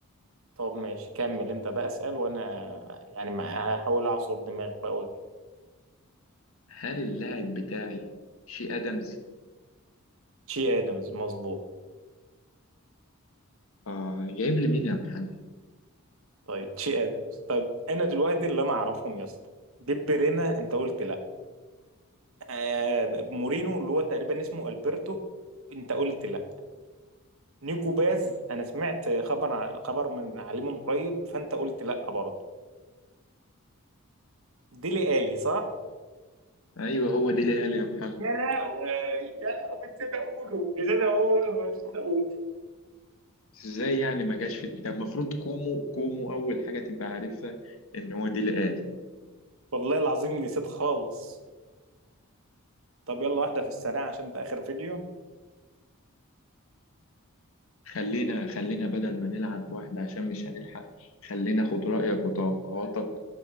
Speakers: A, on the right; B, on the left.
A: طب ماشي كمل أنت بقى اسأل وأنا يعني ما هحاول أعصر دماغي بقى وأجيب
B: هل اللاعب بتاعي شي أدمز؟
A: تشي آدمز مظبوط
B: آه جايب لي مين يا محمد؟
A: طيب تشي آدمز طيب أنا دلوقتي اللي أنا أعرفهم يا اسطى دي بيرينا أنت قلت لأ آه مورينو اللي هو تقريبا اسمه ألبرتو أنت قلت لأ نيكو باز أنا سمعت خبر ع- خبر من عليه من قريب فأنت قلت لأ برضه ديلي آلي صح؟
B: أيوه هو ديلي ألي يا محمد
A: يا لهوي يا لهوي نسيت اقوله نسيت اقوله نسيت اقوله
B: إزاي يعني ما جاش في أنت المفروض كومو كومو أول حاجة تبقى عارفها إن هو ديلي ألي
A: والله العظيم نسيت خالص طب يلا واحدة في السريع عشان ده آخر فيديو
B: خلينا خلينا بدل ما نلعب واحدة عشان مش هنلحق خلينا خد رأيك وتوقعاتك